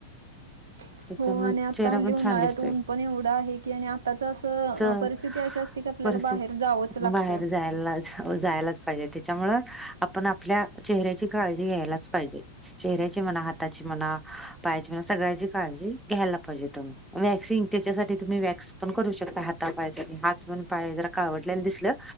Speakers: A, on the right; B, in the centre.
A: <inaudible>
B: त्याच्यामुळे
A: हो आणि आता
B: चेहरा
A: हल्ली
B: पण
A: उन्हाळ्यात
B: छान दिसतोय.
A: ऊन पण एवढं आहे की आणि आताच असं
B: तर
A: परिस्थिती अशा आपल्याला
B: परिस्थिती
A: बाहेर जावंच लागतं.
B: बाहेर जायला जायलाच पाहिजे त्याच्यामुळे आपण आपल्या चेहऱ्याची काळजी घ्यायलाच पाहिजे चेहऱ्याची म्हणा हाताची म्हणा. पाहिजे म सगळ्यांची काळजी घ्यायला पाहिजे तुम्ही वॅक्सिन त्याच्यासाठी तुम्ही वॅक्स पण करू शकता हाता पायासाठी हात पण पाय जरा काळवडलेला दिसलं.